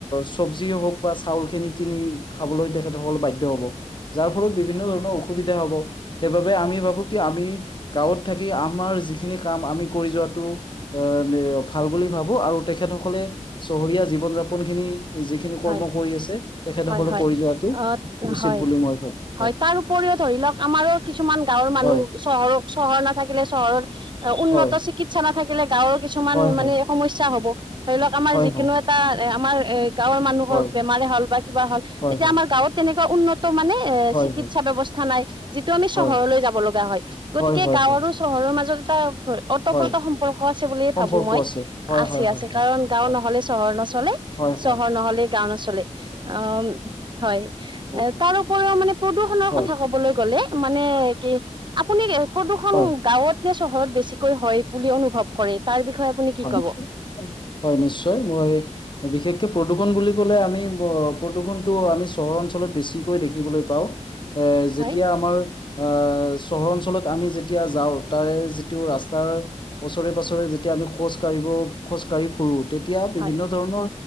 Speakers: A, on the left; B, on the right.
A: সৱজি হওক বা চাউল খিনি কিনি খাবলৈ তেখেতসকল বাধ্য হ'ব যাৰ ফলত বিভিন্ন ধৰণৰ অসুবিধা হব সেইবাবে আমি ভাবো কি, আমি গাঁৱত থাকি আমাৰ যিখিনি কাম আমি কৰি যোৱাটো এ ভাল বুলি ভাবো, আৰু তেখেতসকলে চহৰীয়া জীৱন-যাপন খিনি যিখিনি কৰ্ম
B: হয়
A: কৰি আছে, তেখেতসকলে
B: হয় হয়
A: কৰি যোৱাটো
B: অ
A: উচিত
B: হয়
A: বুলি মই ভাবো
B: হয়, তাৰ উপৰিও ধৰি লওক আমাৰো কিছুমান গাঁৱৰ মানুহ
A: হয়,
B: চহৰৰ চহৰ নাথাকিলে, চহৰৰ উন্নত
A: হয়,
B: চিকিৎসা নাথাকিলে গাঁৱৰ কিছুমান
A: হয়,
B: মানে
A: হয়,
B: সমস্যা হব, ধৰি লওক আমাৰ
A: হয়,
B: যিিকোনো
A: হয়,
B: এটা এ আমাৰ এ গাঁৱৰ মানুহৰ
A: হয়,
B: বেমাৰে হল, বা কিবা হল,
A: হয়,
B: তেতিয়া
A: হয়,
B: আমাৰ গাঁৱত তেনেকুৱা উন্নত মানে এ
A: হয়,
B: চিকিৎসা
A: হয়,
B: ব্যয়ৱস্থা নাই যিটো আমি
A: হয়,
B: চহৰলৈ যাব লগা হয় গতিকে
A: হয়, হয়,
B: গাঁৱৰ
A: হয়,
B: চহৰৰ মাজত এটা ধ অতঃপ্ৰত
A: হয়
B: সম্পৰ্ক আছে বুলিয়ে ভাবো
A: সম্পৰ্ক
B: মই
A: আছে। হয়,
B: আছে
A: হয়, হয়,
B: আছে
A: হয়,
B: কাৰণ গাঁও
A: হয়,
B: নহলে চহৰ নচলে
A: হয়,
B: চহৰ
A: হয়,
B: নহলে গাঁও অঞ্চলে অ হয় এ
A: হয়,
B: তাৰ উপৰিও মানে প্ৰদূৰষণৰ
A: হয়,
B: কথা কবলৈ গ'লে মানে কি আপুনি প্ৰদূষণ
A: হয়
B: গাঁৱত নে চহৰত বেছিকৈ হয় বুলি অনুভৱ কৰে তাৰ বিষয়ে আপুনি কি
A: হয়।
B: ক'ব
A: হয় নিশ্চয় মই বিশেষকে প্ৰদূৰণ বুলি কলে আমি প্ৰদূৰণটো আমি চহৰ অঞ্চলত বেছিকৈ দেখিবলৈ পাওঁ এ যেতিয়া
B: হয়।
A: আমাৰ আহ চহৰ অঞ্চলত আমি যেতিয়া যাওঁ তাৰে টো ৰাস্তাৰ ওচৰে পাছৰে যেতিয়া আমি খোজ কঢ়িব খোজ কঢ়ি ফুৰো তেতিয়া বিভিন্ন
B: হয়
A: ধৰণৰ